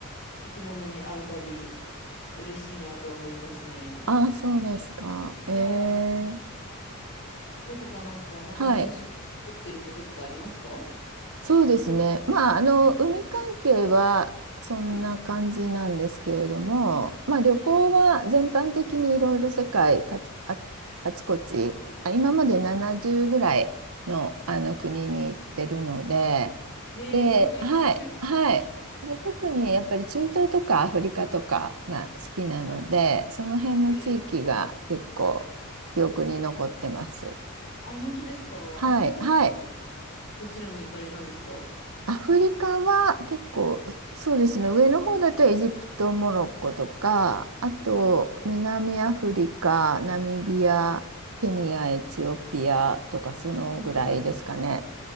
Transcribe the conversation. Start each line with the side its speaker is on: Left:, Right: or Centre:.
Left: 生き物に会うたび、嬉しいなと思いますね。
Right: あ、そうですか。え
Left: はい。
Right: ー、
Left: どこかなんか他に印象に残ってることとかありますか
Right: はい。そうですね。まあ、あの、海関係はそんな感じなんですけれども、
Left: うん。
Right: まあ、旅行は全般的にいろいろ世界かちあ、
Left: はい。
Right: あちこち、あ、今まで70ぐらいの、あの国に行ってるので、
Left: えー相当行ってらっしゃいますね。
Right: で、はい、はい。で、特にやっぱり中東とかアフリカとかが好きなので、
Left: はいはい。
Right: その辺の地域が結構記憶に残ってます。
Left: えーあ、本当ですか。
Right: はい、
Left: アフリカとかだと
Right: はい。
Left: どちらに行かれたんですかう
Right: アフリカは結構、そうですね、上の方だとエジプト、モロッコとか、あと南アフリカ、
Left: んあ、いいですね。
Right: ナミビア、ケニア、エチオピアとかそのぐらいですかね。
Left: へえ